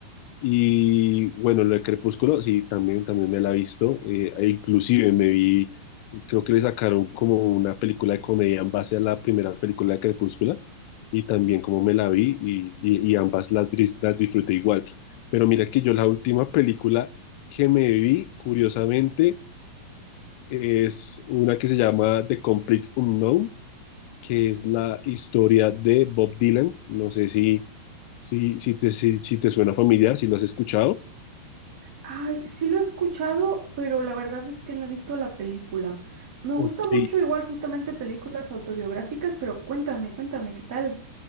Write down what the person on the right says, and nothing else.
Ay, sí lo he escuchado, pero la verdad es que no he visto la película. Me gusta
mucho igual justamente películas autobiográficas, pero cuéntame, cuéntame, ¿qué tal?